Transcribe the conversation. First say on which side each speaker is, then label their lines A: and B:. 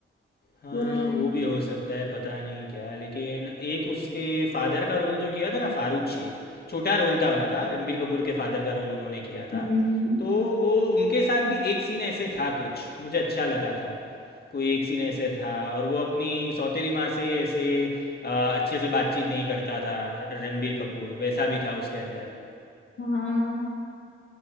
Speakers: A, on the left (about 50°); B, on the left (about 70°).
A: हाँ
B: पूरा लाइक
A: वो भी हो सकता है पता नहीं क्या लेकिन एक उसके फादर का रोल जो किया था ना फारूक शेख छोटा रोल था उनका रणबीर कपूर के फादर का रोल उन्होंने किया था
B: हम्म
A: तो वो उनके साथ भी एक सीन ऐसे था कुछ मुझे अच्छा लगा था कोई एक सीन ऐसे था और वो अपनी सौतेली माँ से ऐसे आ, अच्छे से बातचीत नहीं करता था र- रणबीर कपूर वैसा भी था उसके अंदर
B: हाँ